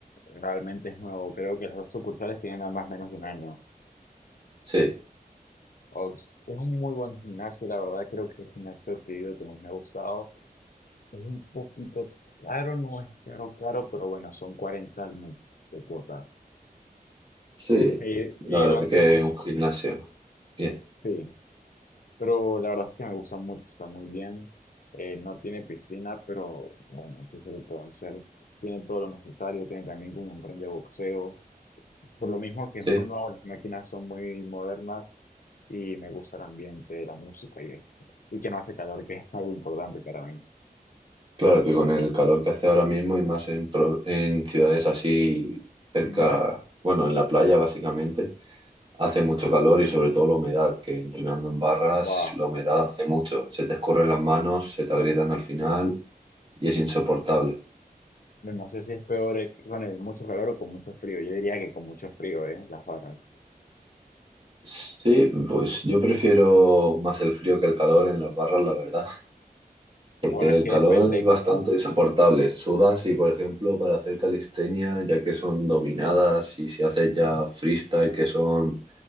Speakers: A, on the left; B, on the right.
A: Realmente es nuevo, creo que las dos sucursales tienen ambas menos de un año.
B: Sí,
A: Ox, es un muy buen gimnasio, la verdad creo que el gimnasio que he ido que más me ha gustado es un poquito caro, no es caro, caro, pero bueno, son 40 al mes de cuota.
B: sí,
A: He,
B: la
A: he
B: verdad
A: ido antes,
B: que
A: a-
B: un gimnasio. Bien,
A: sí, pero la verdad es que me gusta mucho, está muy bien. Eh, no tiene piscina, pero bueno, ¿qué se le puede hacer? Tiene todo lo necesario, tiene también como un ring de boxeo. Por lo mismo que es
B: sí.
A: muy nuevo, las máquinas son muy modernas, y me gusta el ambiente, la música y esto. Y que no hace calor, que es algo importante para mí.
B: Claro que con el calor que hace ahora mismo y más en, pro- en ciudades así cerca,
A: Mm.
B: bueno, en la playa básicamente Hace mucho calor y sobre todo la humedad, que entrenando en barras
A: Wow,
B: la humedad hace mucho. Se te escurren las manos, se te agrietan al final
A: qué bien.
B: y es insoportable.
A: No no sé si es peor eh, con el mucho calor o con mucho frío. Yo diría que con mucho frío, ¿eh? Las barras.
B: Sí, pues yo prefiero más el frío que el calor en las barras, la verdad, porque
A: Bueno, es
B: el
A: que
B: calor
A: depende.
B: es bastante insoportable. Sudas y, por ejemplo, para hacer calistenia, ya que son dominadas y si haces
A: Ujú,
B: ya freestyle, que son,